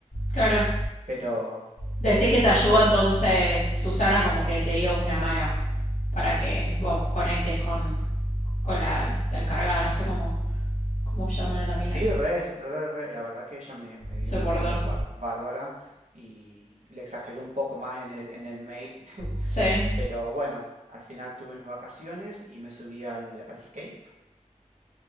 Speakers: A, on the left (about 75°); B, on the right (about 80°).
A: claro.
B: Pero,
A: Decís que te ayudó
B: pero,
A: entonces Susana como que te dio una mano para que vos conectes con, con la, la encargada, no sé cómo, cómo llaman a la
B: sí,
A: mina.
B: re, re, re, la verdad que ella me, me dio
A: Se
B: una
A: portó.
B: mano ba- bárbara y le exageró un poco más en el, en el mail.
A: Sí,
B: Pero bueno, al final tuve mis vacaciones y me subí al, al Escape